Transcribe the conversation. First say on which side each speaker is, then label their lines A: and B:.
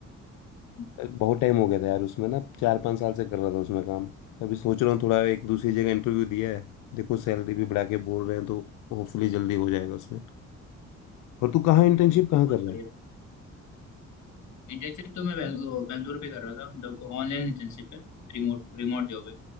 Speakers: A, on the left (about 65°); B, on the left (about 85°).
A: हम्म,
B: बहुत टाइम हो गया था यार उसमें ना चार पाँच साल से कर रहा था उसमें काम अभी सोच रहा हूँ थोड़ा एक दूसरी जगह इंटरव्यू दिया है देखो सैलरी भी बढ़ा के बोल रहे हैं तो होपफुली जल्दी हो जाएगा उसमें और तू कहाँ इंटर्नशिप
A: अरे भाई,
B: कहाँ
A: बहुत
B: कर रहा
A: बढ़िया
B: है
A: इंटर्नशिप तो मैं बैंगलोर बैंगलोर पे कर रहा था मतलब ऑनलाइन इंटर्नशिप है रिमोट रिमोट जॉब है